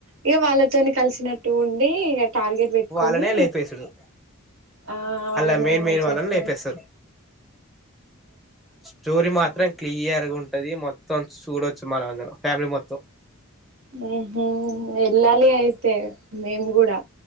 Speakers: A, on the right; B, in the centre.
A: ఇగ వాళ్ళతోని కలిసినట్టు ఉండి టార్గెట్ పెట్టుకొని
B: వాళ్ళనే లేపేసుడు
A: ఆ వాళ్ళనీ
B: అలా మెయిన్ మెయిన్
A: చేస్తాడు
B: వాళ్ళని లేపేస్తారు స్టోరీ మాత్రం
A: ఓ
B: క్లియర్గా ఉన్ ది మొత్తం సుడొచ్చు. మనం అందరం ఫ్యామిలీ మొ
A: హ్మ్ హు ఎల్లాలి అయిత్ తే మేము గుడా